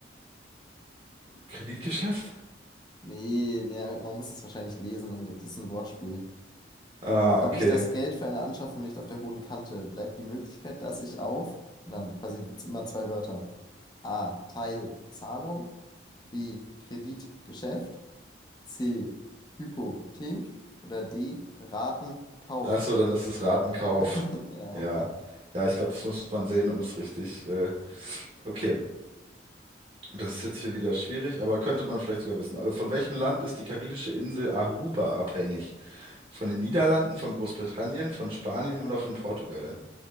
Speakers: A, on the right (about 30°); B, on the left (about 20°).
A: Kreditgeschäft?
B: Nee, nee, man muss es wahrscheinlich lesen, um das das ist ein Wortspiel.
A: Ah,
B: Habe
A: okay.
B: ich das Geld für eine Anschaffung nicht auf der hohen Kante, bleibt die Möglichkeit, dass ich auf, und dann quasi immer zwei Wörter. A. Teilzahlung, B. Kreditgeschäft, C. Hypothek. Oder D. Ratenkauf.
A: Achso, dann ist es Ratenkauf.
B: <laughs> Ja.
A: Ja. Ja, ich glaube, das muss man sehen, um es richtig. Äh, okay. Das ist jetzt hier wieder schwierig, aber könnte man vielleicht sogar wissen. Äh, Von welchem Land ist die karibische Insel Aruba abhängig? Von den Niederlanden, von Großbritannien, von Spanien oder von Portugal?